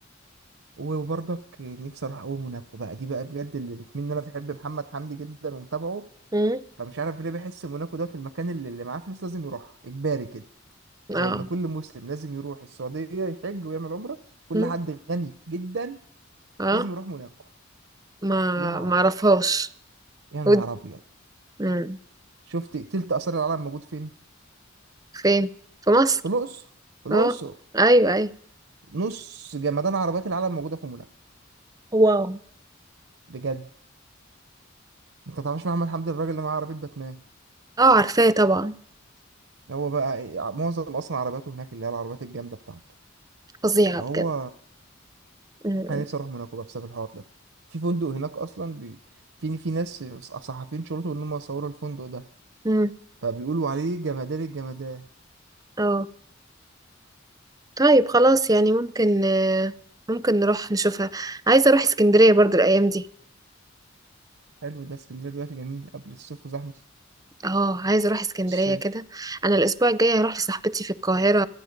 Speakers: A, on the right (about 75°); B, on the right (about 20°).
A: وبرضك نفسي اروح اقوم موناكو بقى دي بقى بجد اللي بتمني إن انا بحب محمد حمدي جدا ومتابعه
B: مم.
A: فمش عارف ليه بحس موناكو دوت المكان اللي, اللي معاه فلوس لازم يروح اجباري كده زي
B: اه
A: ان كل مسلم لازم يروح السعوديه يحج ويعمل عمره كل
B: مم.
A: حد غني جدا
B: اه
A: لازم يروح موناكو
B: ما
A: ليه ما اعرفش
B: ما اعرفهاش
A: يا نهار
B: ود
A: ابيض
B: مم.
A: شفت تلت اثار العالم موجود فين
B: فين في مصر
A: في الاقصر في الاقصر
B: اه ايوه ايوه
A: نص جمدان عربيات العالم موجوده في موناكو
B: واو
A: بجد انت ما تعرفش محمد حمدي الراجل اللي معاه عربيه باتمان
B: اه عارفاه طبعا
A: هو بقى إيه، معظم اصلا عربياته هناك اللي هي العربيات الجامده بتاعته
B: فظيعة
A: فهو
B: بجد مم.
A: انا نفسي اروح موناكو بقى بسبب الحوار ده في فندق هناك اصلا بي... في في ناس صحفيين شرطوا ان هم صوروا الفندق ده
B: مم.
A: فبيقولوا عليه جمدان الجمدان
B: اه طيب خلاص يعني ممكن آه، ممكن نروح نشوفها عايزة اروح اسكندرية برضو الايام دي
A: حلو ده اسكندريه دلوقتي جميل قبل الصيف وزحمه
B: اه عايزه اروح اسكندريه
A: الصيف
B: كده انا الاسبوع الجاي هروح لصاحبتي في القاهره